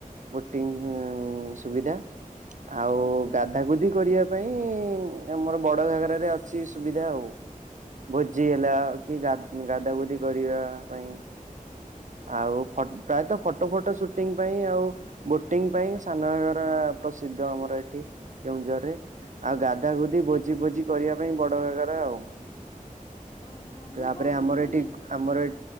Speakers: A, on the right; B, on the left.
A: ବୋଟିଂ ଉଁ ସୁବିଧା। ଆଉ
B: ହୁଁ ହୁଁ
A: ଗାଧା-ଗୁଧି କରିବା ପାଇଁ ଆମର ବଡ ଘାଘରା ରେ ଅଛି ସୁବିଧା ଆଉ। ଭୋଜି ହେଲା କି ଗାଧ୍ ଗାଧା-ଗୁଧି କରିବା ପାଇଁ ଆଉ
B: ଓହୋ
A: ଫଟ୍-ପ୍ରାୟତଃ ଫଟୋ ଫଟ ସୁଟିଂ ପାଇଁ ଆଉ ବୋଟିଂ ପାଇଁ ସାନଘାଘରା ପ୍ରସିଦ୍ଧ, ଆମର ଏଠି କେଉଁଝରରେ। ଆଉ ଗାଧା-ଗୁଧି, ଭୋଜି-ଫୋଜି କରିବା ପାଇଁ ବଡଘାଘରା ଆଉ।
B: ଓହୋ
A: ତାପରେ
B: ମୁଁ କଣ
A: ଆମର
B: ଶୁଣିଥିଲି
A: ଏଠି ଆମର ଏ